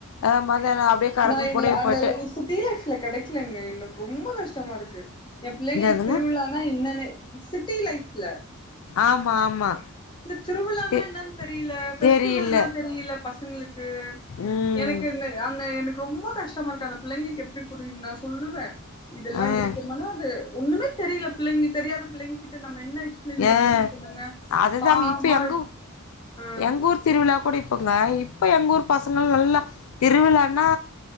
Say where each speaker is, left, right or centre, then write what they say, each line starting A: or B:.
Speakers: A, on the left; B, on the left.
A: அ மதியானோ அப்டியே கரகோ
B: நா இல்ல
A: கூடயே
B: அந்த
A: போயி்ட்டு
B: சிட்டி லைஃப்ல கெடைக்கலங்க எனக்கு ரொம்பொ கஷ்டமா இருக்கு எம் பிள்ளைங்களுக்கு
A: இந்ததுங்க
B: திருவிழா னா என்னன்னே சிட்டி லைஃப்ல
A: ஆமா ஆமா
B: இந்த திருவிழானா
A: தே
B: என்னன்னு தெரியல ஃபெஸ்டிவல்னா
A: தேரு இல்ல
B: தெரியல பசங்களுக்கு
A: ம்
B: எனக்கு இந்த அந்த எனக்கு ரொம்ப கஷ்டமாருக்கு அந்த புள்ளைங்களுக்கு எப்டி புரியு நா சொல்லுவே இதெல்லா
A: ஆ
B: இருக்குமானா அது ஒன்னுமே தெரியல பிள்ளைங்களுக் தெரியாத பிள்ளைங்க கிட்ட நம்ம என்ன எக்ஸ் ப்ளைன்
A: ஏ
B: பண்றது சொல்லுங்க
A: அதுதாங்க
B: பாவமா
A: இப்ப எங்கூ
B: ஆ
A: எங்கூர் திருவிழா கூட இப்போங்க இப்ப எங்கூர் பசங்கள் நல்லா திருவிழானா